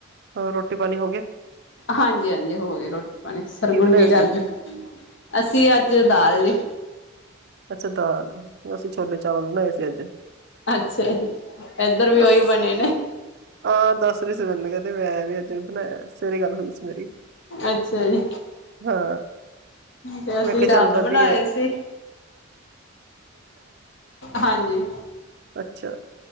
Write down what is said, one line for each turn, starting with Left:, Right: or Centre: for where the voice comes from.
Right: ਰੋਟੀ ਪਾਣੀ ਹੋ ਗਿਆ-
Left: ਹਾਂਜੀ- ਹਾਂਜੀ ਹੋ ਗਏ ਰੋਟੀ ਪਾਣੀ ਸਰਗੁਣ
Right: ਬਣਾਇਆ
Left: ਕੀ ਕਰਜ
Right: ਸੀ ਅੱਜ
Left: ਅਸੀ ਅੱਜ ਦਾਲ ਜ
Right: ਅਛਾ ਦਾਲ ਅਸੀ ਛੋਲੇ ਚਾਵਲ ਬਣਾਏ ਸੀ ਅੱਜ
Left: ਅਛਾ ਇੱਧਰ ਵੀ
Right: ਬਸ
Left: ਉਹੀ ਬਣੇ ਨੇ-
Right: ਹਾਂ ਦੱਸ ਰ ਸੀ ਮਨ ਕ ਮੈਂ ਵੀ ਅੱਜ ਵੀ ਬਣਾਇਆ ਸਵੇਰੇ ਗੱਲ ਹੋਈ ਸੀ ਮੇਰੀ
Left: ਅੱਛਾ ਜੀ
Right: ਹਾਂ
Left: ਤੇ ਅਸੀ
Right: ਮੈਂ ਕਿਹਾ
Left: ਰਾਤ
Right: ਚੱਲ
Left: ਬਣਾਏ
Right: ਵਧੀਆ
Left: ਸੀ। ਹਾਂਜੀ-
Right: ਅਛਾ